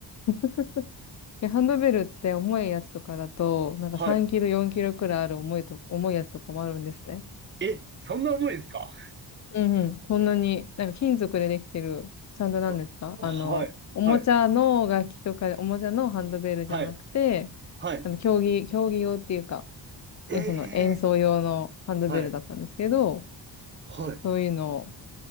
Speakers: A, on the left; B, on the right.
A: <laughs> いや、ハンドベルって重いやつとかだと、なんか3キロ、
B: はい。
A: 4キロくらいある重いと、重いやつとかもあるんですね。
B: え、そんな重いですか
A: うんうん。こんなに、なんか金属でできてる、ちゃんとなんですかあの、
B: あはい、
A: おもちゃの楽器とか、
B: はい、
A: おもちゃのハンドベルじゃなくて、
B: はい、はい。
A: あの、競技、競技用っていうか、
B: ええ
A: え、その演奏用のハンドベルだったんですけど、
B: はい。はい。
A: そういうのを